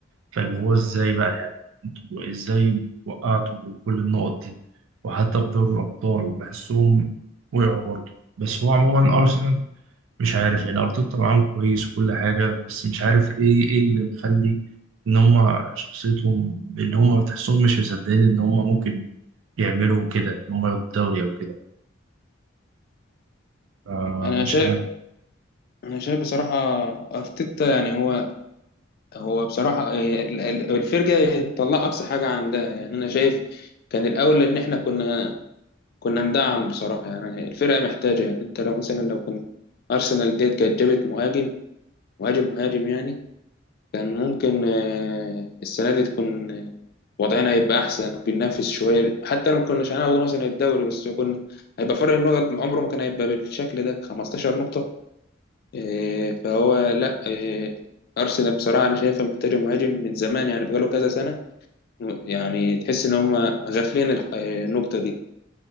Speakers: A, on the right; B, on the left.
A: فاللي هو ازاي بقى يعني انتوا ازاي وقعتوا كل النقط دي وحتى في دوري الابطال بحسهم وقعوا برضه بس هو عموما ارسنال مش عارف يعني ارتيتا معاهم كويس وكل حاجه بس مش عارف ايه ايه اللي مخلي ان هم شخصيتهم اللي هم تحسهم مش مصدقين ان هم ممكن يعملوا كده ان هم ياخدوا الدوري او كده آه
B: انا
A: مش
B: شايف
A: عارف
B: انا شايف بصراحه ارتيتا يعني هو هو بصراحة آه، ال- ال- الفرجة طلع أقصى حاجة عندها يعني أنا شايف كان الأول إن إحنا كنا كنا ندعم بصراحة يعني الفرقة محتاجة يعني أنت لو مثلا لو كنت أرسنال ديت كانت جابت مهاجم مهاجم مهاجم يعني كان ممكن آه، السنة دي تكون آه، وضعنا هيبقى أحسن وبننافس شوية حتى لو ما كناش هناخد مثلا الدوري بس كنا هيبقى فرق النقط عمره ما كان هيبقى بالشكل ده 15 نقطة إيه، فهو لا إيه، ارسنال بصراحه انا شايفه محتاجه مهاجم من زمان يعني بقاله كذا سنه يعني تحس ان هم غافلين الح- إيه، النقطه دي